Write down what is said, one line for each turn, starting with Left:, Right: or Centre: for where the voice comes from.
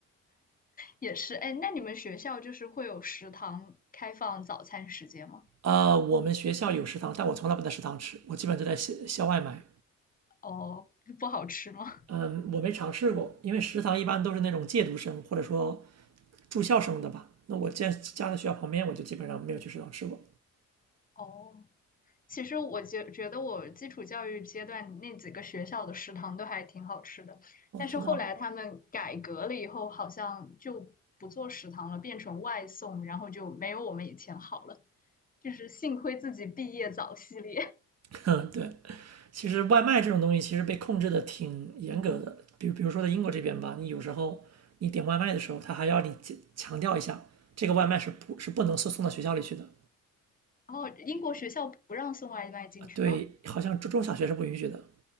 Left: 也是。哎，那你们学校就是会有食堂开放早餐时间吗？
Right: 呃，我们学校有食堂，但我从来不在食堂吃，我基本都在校校外买。
Left: 哦，不好吃吗？
Right: 嗯，我没尝试过，因为食堂一般都是那种借读生或者说住校生的吧。那我家家在学校旁边，我就基本上没有去食堂吃过。
Left: 哦。其实我觉觉得我基础教育阶段那几个学校的食堂都还挺好吃的，但是后来他们改革了以后，
Right: 哦，
Left: 好像就不做食堂了，变成外送，然后就没有我们以前好了。就是幸亏自己毕业早系列，<laughs>
Right: <laughs> 对，其实外卖这种东西其实被控制的挺严格的，比如比如说在英国这边吧，你有时候你点外卖的时候，他还要你强强调一下，这个外卖是不是不能送送到学校里去的？
Left: 然后英国学校不让送外卖进去吗？
Right: 对，好像中中小学是不允许的。